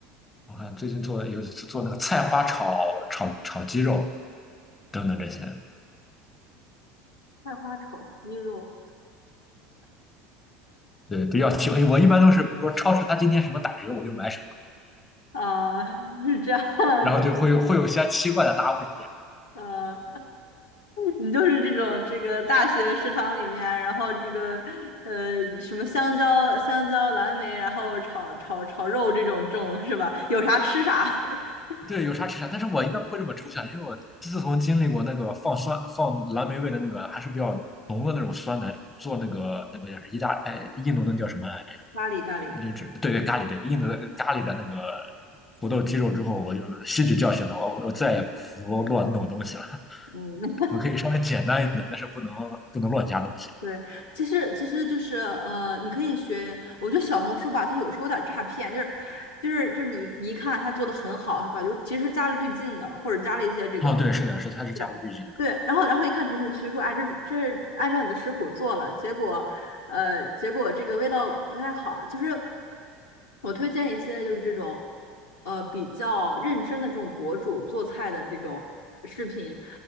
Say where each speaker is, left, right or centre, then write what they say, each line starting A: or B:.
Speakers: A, on the left (about 20°); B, on the left (about 75°).
A: 我看最近做有一次做那个菜花炒炒炒鸡肉等等这些，
B: 菜花炒鸡肉，
A: 对，比较喜欢。我一般都是，比如说超市它今天什么打折，我就买什么，
B: 啊、<laughs> 是这样
A: 然后就会有会有些奇怪的搭配。
B: 子，呃，你就是这种这个大学食堂里面，然后这个呃什么香蕉、香蕉、蓝莓，然后炒炒炒肉这种这种是吧？有啥吃啥，<laughs>
A: 对，有啥吃啥，但是我应该不会这么抽象，因为我自从经历过那个放酸、放蓝莓味的那个，还是比较浓的那种酸奶，做那个那个叫意大哎印度那叫什么来
B: 咖喱咖喱。
A: 着，就是对对咖喱对印度的咖喱的那个土豆鸡肉之后，我就吸取教训了，我我再也不乱弄东西了，
B: 嗯，
A: 我可以稍微简单一点，但是不能不能乱加东西。
B: <laughs> 对，其实其实就是呃，你可以学，我觉得小红书吧，它有时候有点诈骗，就是就是就是你你一看它做的很好是吧？就其实加了滤镜的，或者加了一些这个
A: 哦，对，是的，是的它是加入滤镜的，
B: 对，对，然后然后一看评论区说啊，这这是按照你的食谱做了，结果，呃，结果这个味道不太好。其实我推荐一些就是这种，呃，比较认真的这种博主做菜的这种视频，